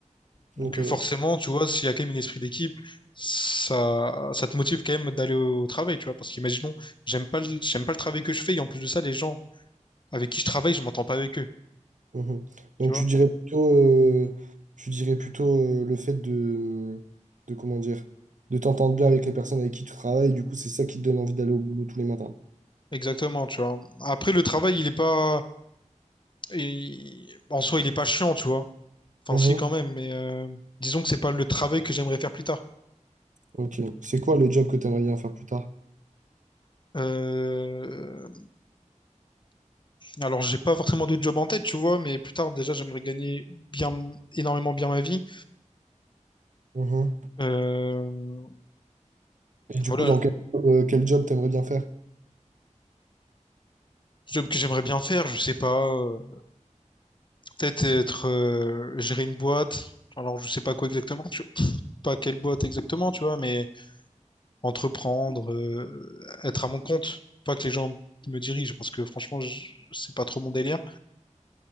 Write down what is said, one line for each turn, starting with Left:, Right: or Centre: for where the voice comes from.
Left: Donc,
Right: ok.
Left: forcément, tu vois, s'il y a quand même un esprit d'équipe, ça, ça te motive quand même d'aller au travail, tu vois. Parce qu'imaginons, j'aime pas le, j'aime pas le travail que je fais, et en plus de ça, les gens avec qui je travaille, je m'entends pas avec eux,
Right: Mhm. Donc
Left: tu vois.
Right: tu dirais plutôt, euh, tu dirais plutôt euh, le fait de, de comment dire, de t'entendre bien avec les personnes avec qui tu travailles, du coup c'est ça qui te donne envie d'aller au boulot tous les matins.
Left: Exactement, tu vois. Après, le travail, il est pas. il- En soi, il est pas chiant, tu vois. Enfin,
Right: Mhm.
Left: si, quand même, mais euh, disons que c'est pas le travail que j'aimerais faire plus tard.
Right: Ok. C'est quoi le job que tu aimerais bien faire plus tard?
Left: Euh, Alors, j'ai pas forcément de job en tête, tu vois, mais plus tard, déjà, j'aimerais gagner bien, énormément bien ma vie.
Right: Mhm.
Left: Euh,
Right: Et du
Left: Voilà,
Right: coup, dans quel, euh, quel job t'aimerais bien faire?
Left: job que j'aimerais bien faire, je sais pas. euh, Peut-être être. euh, Gérer une boîte. Alors, je sais pas quoi exactement, tu vois. Pas quelle boîte exactement, tu vois, mais. entreprendre, euh, être à mon compte, pas que les gens me dirigent, parce que franchement, je- c'est pas trop mon délire.